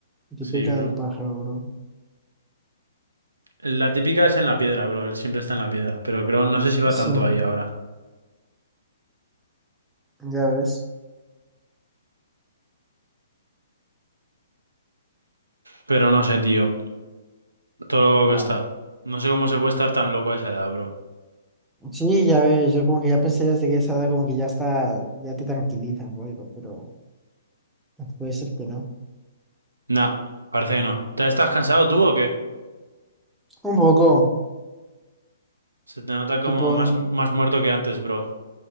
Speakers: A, in the centre; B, on the right (about 80°).
A: típica
B: Sí, bro.
A: del pájaro, bro.
B: La típica es en la piedra, bro. Él siempre está en la piedra. Pero creo, no sé si va tanto
A: Sí,
B: ahí ahora.
A: ya ves.
B: Pero no sé, tío. Todo lo loco
A: Ya.
B: que está. No sé cómo se puede estar tan loco a esa edad, bro.
A: Sí, ya ves, yo como que ya pensé desde que esa edad como que ya está, ya te tranquiliza o algo, pero puede ser que no.
B: Nah, parece que no. ¿Te estás cansado tú o qué?
A: Un poco,
B: Se te nota como
A: tipo,
B: más,
A: n-
B: más muerto que antes, bro.